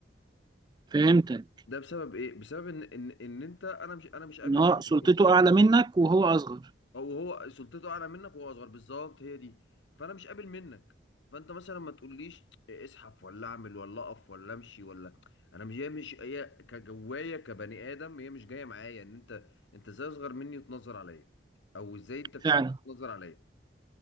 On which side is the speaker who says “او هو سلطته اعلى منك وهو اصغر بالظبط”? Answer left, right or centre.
Left